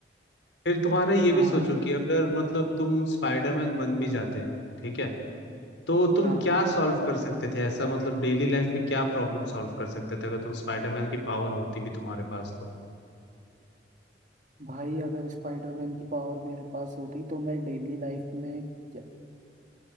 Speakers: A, on the left; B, on the right.
A: फिर तुम्हारा ये
B: हाँ
A: भी सोचो कि अगर मतलब तुम स्पाइडरमैन बन भी जाते ठीक है तो तुम
B: हाँ
A: क्या सॉल्व कर सकते थे ऐसा मतलब डेली लाइफ में क्या प्रॉब्लम सॉल्व कर सकते थे अगर तुम स्पाइडरमैन की पावर होती भी तुम्हारे पास तो
B: भाई अगर स्पाइडरमैन की पावर मेरे पास होती तो मैं डेली लाइफ में क्या-